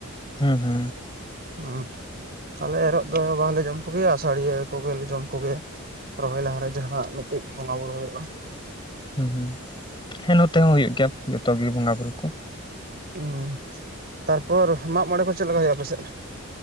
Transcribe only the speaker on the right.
ᱩ ᱟᱞᱮ ᱮᱨᱚᱜ ᱫᱚ ᱵᱟᱞᱮ ᱡᱚᱢ ᱠᱚᱜᱮᱭᱟ ᱟᱥᱟᱲᱤᱭᱟᱹ ᱠᱚᱜᱮᱞᱮ ᱡᱚᱢ ᱠᱚᱜᱮᱭᱟ ᱨᱚᱦᱚᱭ ᱞᱟᱦᱟ ᱨᱮ ᱡᱟᱦᱟ ᱢᱤᱫ <unintelligible> ᱪᱮᱫ ᱵᱚᱸᱜᱟ ᱵᱩᱨᱩ ᱦᱳᱭᱳᱜᱼᱟ
ᱩ ᱛᱟᱨᱯᱚᱨ ᱢᱟᱜ ᱢᱚᱬᱮ ᱠᱚ ᱪᱮᱫ ᱞᱮᱠᱟ ᱦᱩᱭᱩᱜᱼᱟ ᱟᱯᱮ ᱥᱮᱫ